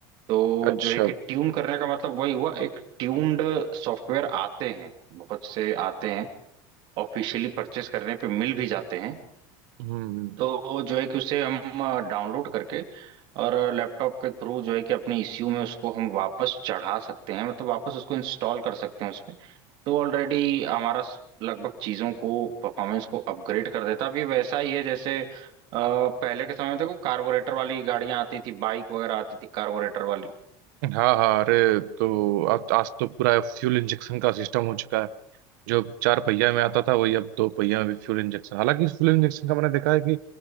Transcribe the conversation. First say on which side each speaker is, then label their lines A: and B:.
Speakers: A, on the right; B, on the right.
A: तो
B: अच्छा
A: जो है कि ट्यून करने का मतलब वही हुआ एक ट्यून्ड सॉफ्टवेयर आते हैं बहुत से आते हैं ऑफिशियली परचेस करने पे मिल भी जाते हैं
B: हम्म हम्म।
A: तो जो है कि उसे हम डाउनलोड करके और लैपटॉप के थ्रू जो है कि अपने ईसीयू में उसको हम वापस चढ़ा सकते हैं मतलब वापस उसको इंस्टॉल कर सकते हैं उसमें तो ऑलरेडी हमारा स- लगभग चीज़ों को परफॉर्मेंस को अपग्रेड कर देता है अब ये वैसा ही है जैसे अ, पहले के समय में देखो कार्बोरेटर वाली गाड़ियां आती थी बाइक वगैरह आती थी कार्बोरेटर वाली
B: हाँ हाँ अरे तो अब आज तो पूरा फ्यूल इंजेक्शन का सिस्टम हो चुका है जो चार पहिया में आता था वही अब दो पहिया में भी फ्यूल इंजेक्शन हालांकि इस फ्यूल इंजेक्शन का मैंने देखा है कि